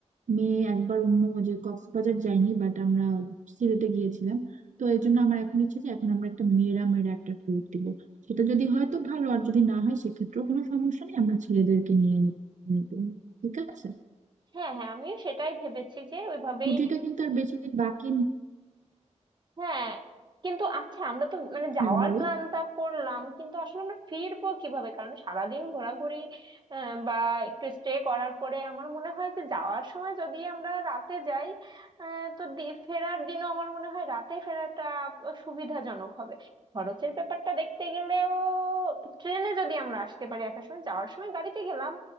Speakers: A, on the right (about 80°); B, on the right (about 40°).
A: মেয়ে একবার অন্য যে কক্সবাজার যাইনি বাট আমরা সিলেটে গিয়েছিলাম তো এই জন্য আমার এখন ইচ্ছে যে এখন আমরা একটা মেয়েরা মেয়েরা একটা ট্যুর দিব সেটা যদি হয় তো ভালো আর যদি না হয় সেক্ষেত্রেও কোনো সমস্যা নেই আমরা ছেলেদেরকে নিয়ে নিব ঠিক আছে
B: হ্যাঁ হ্যাঁ আমিও সেটাই ভেবেছি যে ওইভাবেই
A: ছুটিটা কিন্তু আর বেশি দিন বাকি
B: হ্যাঁ কিন্তু আচ্ছা আমরা তো মানে যাওয়ার
A: হ্যাঁ বলো
B: প্ল্যানটা করলাম কিন্তু আসলে আমরা ফিরবো কিভাবে কারণ সারাদিন ঘোরাঘুরি আহ, বা একটু স্টে করার পরে আমার মনে হয় যে যাওয়ার সময় যদি আমরা রাতে যাই আহ, তো দি- ফেরার দিনও আমার মনে হয় রাতে ফেরাটা সুবিধাজনক হবে খরচের ব্যাপারটা দেখতে গেলেও ট্রেনে যদি আমরা আসতে পারি আসার সময় যাওয়ার সময় গাড়িতে গেলাম